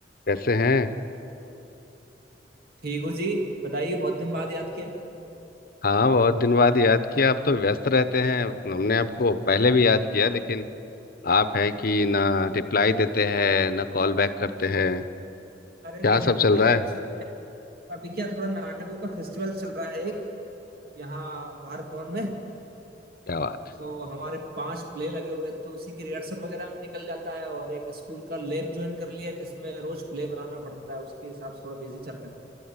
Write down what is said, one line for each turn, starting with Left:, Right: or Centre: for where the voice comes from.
Left: कैसे हैं
Right: ठीक हूँ जी बताइए बहुत दिन बाद याद किया
Left: हाँ बहुत दिन बाद याद किया आप तो व्यस्त रहते हैं हमने आपको पहले भी याद किया लेकिन आप हैं कि ना रिप्लाई देते हैं ना कॉल बैक करते हैं
Right: अरे
Left: क्या
Right: नहीं
Left: सब
Right: नहीं
Left: चल
Right: ये
Left: रहा
Right: एक्चुअली
Left: है
Right: अभी क्या थोड़ा नाटकों का फेस्टिवल चल रहा है एक यहाँ भारत भवन में
Left: क्या बात
Right: तो हमारे पांच प्ले लगे हुए हैं, तो उसी की रिहर्सल वगैरह में निकल जाता है और एक स्कूल का लैब ज्वाइन कर लिया जिसमें रोज प्ले बनाना पड़ता है उसके हिसाब से थोड़ा बिजी चल रहे